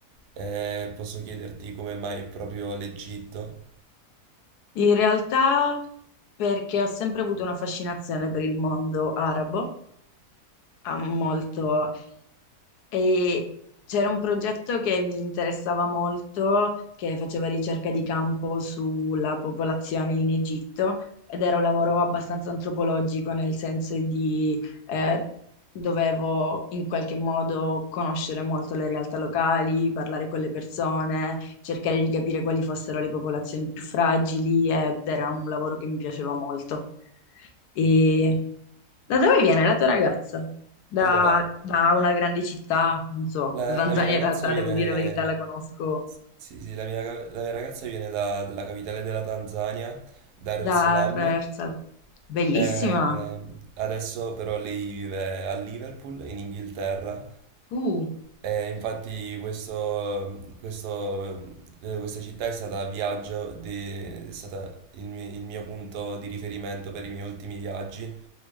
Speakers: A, on the right (about 85°); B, on the left (about 80°).
A: Eh, posso chiederti come mai proprio l'Egitto?
B: In realtà perché ho sempre avuto una fascinazione per il mondo arabo, ha molto, e c'era un progetto che mi interessava molto, che faceva ricerca di campo sulla popolazione in Egitto ed era un lavoro abbastanza antropologico, nel senso di eh, dovevo in qualche modo conoscere molto le realtà locali, parlare con le persone, cercare di capire quali fossero le popolazioni più fragili ed era un lavoro che mi piaceva molto. E da dove viene la tua ragazza? Da,
A: Allora,
B: da una grande città, non so,
A: la,
B: la Tanzania
A: la mia ragazza
B: in realtà,
A: viene...
B: devo dire la verità, la conosco
A: Sì, sì, la mia, la mia ragazza viene da- dalla capitale della Tanzania, Dar
B: da
A: es Salaam.
B: Rehearsal. Bellissima!
A: Eh, adesso però lei vive a Liverpool, in Inghilterra.
B: Uh,
A: E infatti questo, questo- eh, questa città è stata viaggio di- è stata il mi- il mio, punto di riferimento per i miei ultimi viaggi.